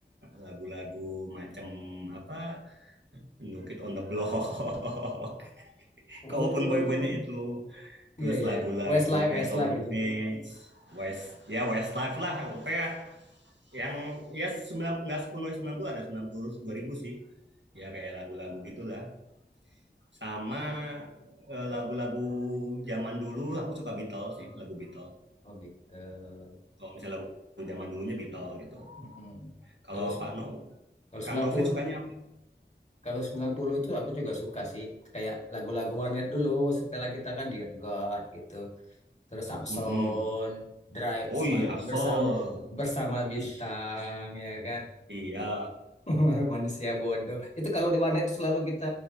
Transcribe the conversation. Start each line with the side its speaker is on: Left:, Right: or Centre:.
Right: lagu-lagu macam apa No Kid on the Block.
Left: Oh,
Right: <laughs> Kalaupun boy-boynya itu terus
Left: iya, iya,
Right: lagu-lagu
Left: iya. Westlife,
Right: kayak
Left: Westlife
Right: Tommy
Left: gitu.
Right: Page, West ya Westlife lah kayak yang ya sembilan nggak sepuluh sembilan puluh ada sembilan puluh dua ribu sih. Ya kayak lagu-lagu gitulah. sama eh, lagu-lagu zaman dulu aku suka Beatles sih lagu Beatles
Left: Oh, Beatles.
Right: kalau misalnya lagu zaman dulunya Beatles gitu
Left: Mm-mm.
Right: kalau
Left: Kalau
Right: Pak No
Left: se- kalau
Right: Kang Novi
Left: 90,
Right: sukanya apa?
Left: kalau 90 itu aku juga suka sih. Kayak lagu-lagu Warnet dulu, setelah kita kan Dear God gitu. Terus Samson,
Right: Mm-mm.
Left: Drive
Right: Oh
Left: bersama
Right: iya Axel
Left: bersama bersama bintang ya kan.
Right: iya
Left: <laughs> Manusia bodoh. Itu kalau di warnet selalu kita